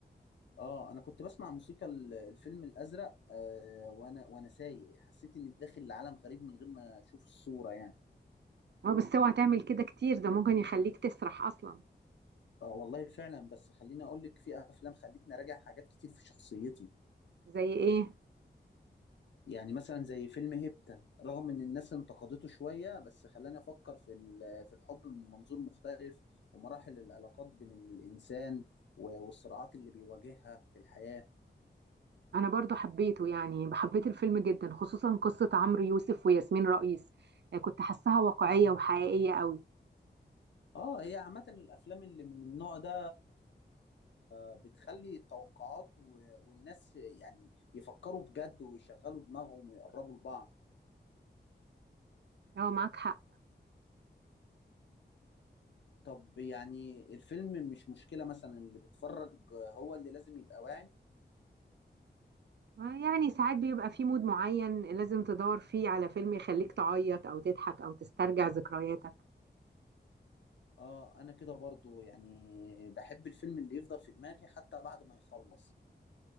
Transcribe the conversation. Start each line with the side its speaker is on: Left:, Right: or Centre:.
Left: اه انا كنت بسمع موسيقى ال- الفيلم الازرق آه وانا وانا سايق حسيت اني داخل لعالم غريب من غير ما اشوف الصورة يعني
Right: اه بس اوعى تعمل كده كتير ده ممكن يخليك تسرح اصلا
Left: اه والله فعلا بس خليني اقول لك في افلام خلتني اراجع حاجات كتير في شخصيتي
Right: زي ايه
Left: يعني مثلا زي فيلم هيبتا رغم ان الناس انتقدته شوية بس خلاني افكر في ال- في الحب من منظور مختلف ومراحل العلاقات بين الانسان و- والصراعات اللي بيواجهها في الحياة
Right: انا برضو حبيته يعني حبيت الفيلم جدا خصوصا قصه عمرو يوسف وياسمين رئيس آه، كنت حاساها واقعيه وحقيقيه قوي
Left: اه هي عامة الأفلام اللي من النوع ده آه، بتخلي التوقعات و... والناس يعني يفكروا بجد ويشغلوا دماغهم ويقربوا لبعض
Right: اه معاك حق
Left: طب يعني الفيلم مش مشكلة مثلا اللي بيتفرج هو اللي لازم يبقى واعي
Right: يعني ساعات بيبقى في مود معين لازم تدور فيه على فيلم يخليك تعيط او تضحك او تسترجع ذكرياتك
Left: اه أنا كده برضو يعني بحب الفيلم اللي يفضل في دماغي حتى بعد ما يخلص